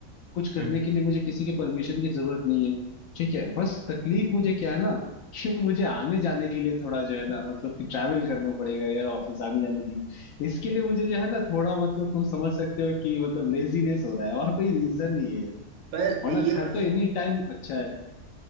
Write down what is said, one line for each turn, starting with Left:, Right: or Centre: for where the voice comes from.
Left: कुछ करने
Right: हम्म
Left: के लिए मुझे किसी की परमिशन की जरूरत नहीं है ठीक है बस तकलीफ मुझे क्या है ना कि मुझे आने जाने के लिए थोड़ा जो है ना मतलब कि ट्रैवल करना पड़ेगा यार ऑफिस आने जाने की इसके लिए मुझे जो है ना थोड़ा मतलब तुम समझ सकते हो कि मतलब लेजीनेस हो रहा है और कोई रीजन नहीं है
Right: पर
Left: और
Right: ये
Left: ना घर
Right: बा-
Left: तो एनी टाइम अच्छा है